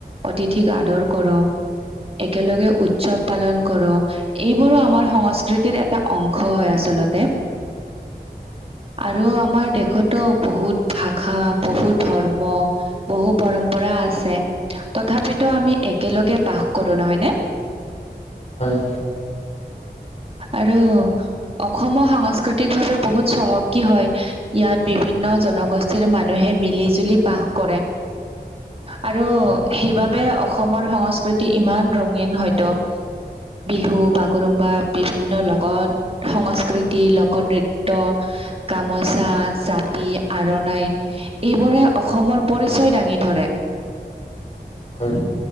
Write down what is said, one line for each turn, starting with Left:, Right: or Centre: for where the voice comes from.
Right: অতিথিক আদৰ কৰোঁ। একেলগে উৎসৱ পালন কৰোঁ, এইবোৰো আমাৰ সংস্কৃতিৰ এটা অংশ হয় আচলত- তে
Left: হয়,
Right: আৰু আমাৰ দেশতো বহুত- ভাষা বহু ধৰ্ম- বহু পৰম্পৰা আছে, তথাপিতো আমি একেলগে বাস কৰো নহয় নে?
Left: হয়।
Right: আৰু অসমো সাংস্কৃতিক ভাৱে বহুত চহকী হয়। ইয়াত বিভিন্ন জনগোষ্ঠীৰ মানুহে মিলি জুলি বাস কৰে। আৰু
Left: হয়,
Right: সেইবাবে অ- অসমৰ সংস্কৃতি ইমান ৰঙীন হয়তো বিহু- বাগৰুম্বা বিভিন্ন লোকত সংস্কৃতি, লোক নৃত্য- গামোচা, জাপি আৰু নাই। এইবোৰে অসমৰ পৰিচয় দাঙি ধৰে।
Left: হয়।